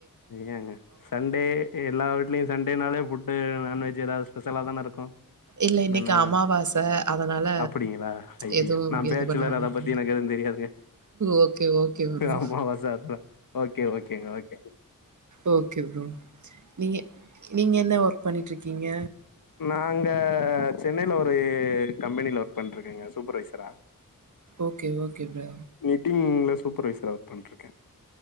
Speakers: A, on the left; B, on the right.
A: இங்கேங்க சண்டே எல்லா வீட்லயு சண்டேனாலே ஃபுட் டு நான்வெஜ் ஏதாவது ஸ்பெஷலா தான இருக்கு
B: இல்ல இன்னைக்கு
A: என்னானு
B: அமாவாச அதனால
A: அப்டிங்களா அய்யயோ
B: எதுவு
A: நா பேச்சுலர்
B: இது பண்ண வேணான்ட்டாங்க
A: அத பத்தி எனக்கு எதுவும் தெரியாதுங்க
B: ஓகே ஓகே ப்ரோ
A: அமாவச அதா ஓகே ஓகேங்க ஓகே
B: ஓகே ப்ரோ நீங்க நீங்க என்ன ஒர்க் பண்ணிட்டு இருக்கீங்க
A: நா அங்க சென்னையில ஒரு கம்பெனில ஒர்க் பண்ணிட்ருக்கேங்க சூப்பர்வைசரா
B: ஓகே ஓகே ப்ர
A: மீட்டிங்ல சூப்பர்வைசரா ஒர்க் பண்ட்ருக்கே